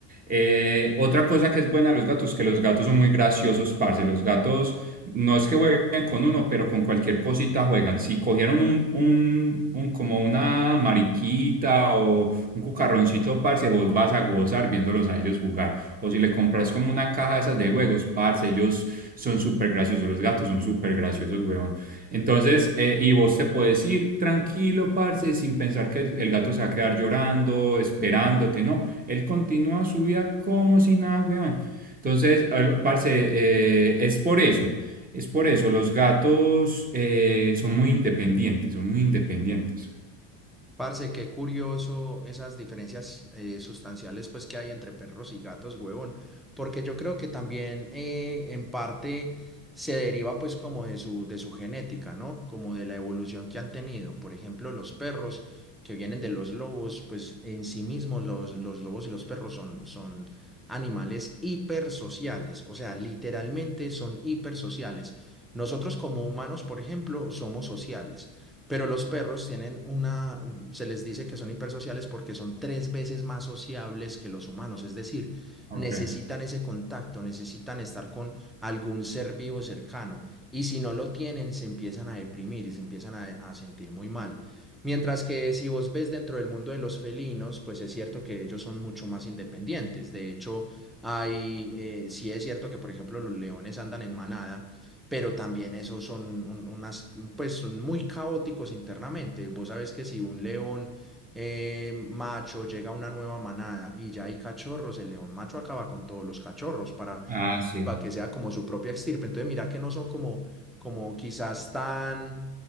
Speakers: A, on the right (about 20°); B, in the centre.
A: Eh, otra cosa que es buena de los gatos, que los gatos son muy graciosos, parce. Los gatos no es que jueguen con uno, pero con cualquier cosita juegan. Si cogieron un, un, un- como una mariquita o un cucarroncito, parce, vos vas a gozar viéndolos a ellos jugar. O si le compras como una caja de esas de juegos, parce, ellos son súper graciosos los gatos, son súper graciosos, weón. Entonces, eh, y vos te puedes ir tranquilo, parce, sin pensar que el, el gato se va a quedar llorando, esperándote, no. Él continúa su vida como si nada, weón. Entonces, al- parce, eh, es por eso, es por eso. Los gatos eh, son muy independientes, son muy independientes.
B: Parce, qué curioso esas diferencias eh, sustanciales pues que hay entre perros y gatos, huevón, porque yo creo que también eh, en parte se deriva pues como de su, de su genética, ¿no? Como de la evolución que han tenido. Por ejemplo, los perros que vienen de los lobos, pues en sí mismos los, los lobos y los perros son, son animales hipersociales, o sea, literalmente son hipersociales. Nosotros como humanos, por ejemplo, somos sociales pero los perros tienen una, se les dice que son hipersociales porque son tres veces más sociables que los humanos, es decir,
A: Ok.
B: necesitan ese contacto, necesitan estar con algún ser vivo cercano y si no lo tienen se empiezan a deprimir y se empiezan a, a sentir muy mal. Mientras que si vos ves dentro del mundo de los felinos, pues es cierto que ellos son mucho más independientes. De hecho, hay, eh, sí es cierto que, por ejemplo, los leones andan en manada, pero también esos son un- unas mm, pues son muy caóticos internamente. Vos sabés que si un león eh, macho llega a una nueva manada y ya hay cachorros, el león macho acaba con todos los cachorros para
A: Ah, sí.
B: para que sea como su propia extirpe. Entonces, mira que no son como, como quizás tan,